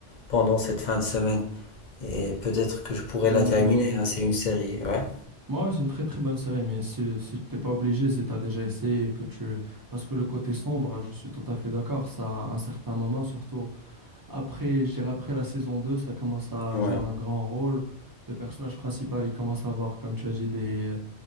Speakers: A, on the left; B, on the right.
A: pendant cette fin de semaine. Et peut-être que je pourrais
B: Mais
A: la terminer, hein, c'est une série, ouais.
B: moi, ouais, c'est une très très bonne série, mais si, si tu t'es pas obligé, si t'as déjà essayé, et que tu... Parce que le côté sombre, je suis tout à fait d'accord, ça, à un certain moment, surtout après, je dirais après la saison 2 ça commence à
A: Ouais,
B: jouer un grand rôle. Le personnage principal, il commence à avoir, comme tu as dit, des,